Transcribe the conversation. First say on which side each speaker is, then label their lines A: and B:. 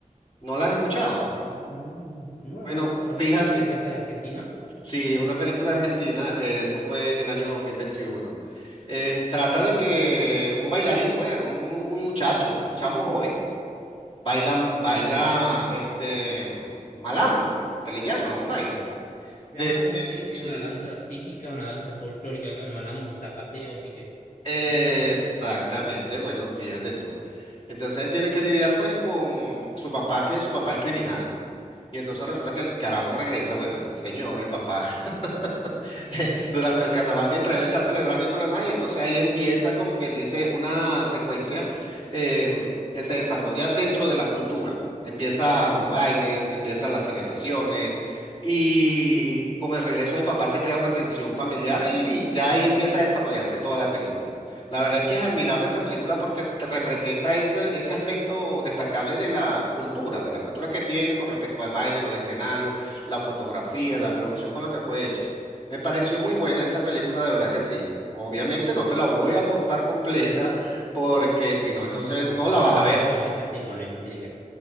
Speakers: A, on the left (about 40°); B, on the left (about 75°).
A: ¿No la has escuchado?
B: No, no, no,
A: Bueno,
B: la verdad
A: fíjate.
B: que no, es de acá de Argentina.
A: Sí, una película argentina, eh, eso fue en el año 2021. Em, trata
B: Ajá,
A: de que un bailarín, pues, un, un muchacho, un chamo joven, baila, baila
B: sí.
A: este malambo, que le llaman, un baile.
B: Claro,
A: De,
B: sí, es
A: sí,
B: una danza típica, una danza folclórica acá en Malamo, un zapateo, así que,
A: exactamente,
B: sí, sí, sí.
A: bueno, fíjate tú. Entonces él tiene que lidiar pues con su papá, que su papá es criminal. Y entonces resulta que el carajo regresa, bueno, el señor, el papá <laughs> durante el carnaval mientras él está celebrando y todo lo demás, y entonces ahí empiezan como quien dice una secuencia em, que se desarrolla dentro de la cultura. Empiezan los bailes, empiezan las celebraciones y con el regreso del papá se crea una tensión familiar y ya ahí empieza a desarrollarse toda la película. La verdad es que es admirable esa película porque te representa ese, ese aspecto destacable de la cultura, de la cultura que tienen con respecto al baile, los escenarios, la fotografía, la producción con la que fue hecha. Me pareció muy buena esa película, de verdad que sí. Obviamente no te la voy a contar completa porque si
B: No,
A: no, entonces
B: no, no,
A: no
B: por favor,
A: la
B: no,
A: vas
B: pero
A: a ver.
B: ya, ya me dejaste con la intriga.